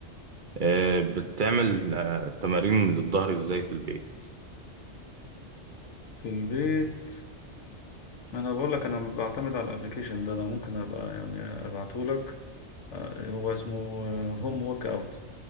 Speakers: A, on the right (about 50°); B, on the left (about 80°).
A: آه، بتعمل آه، تمارين للظهر إزاي في البيت؟
B: في البيت ما انا بقول لك انا بعتمد على الابلكيشن ده انا ممكن ابقى يعني ابعته لك آه، هو اسمه هوم ورك اوت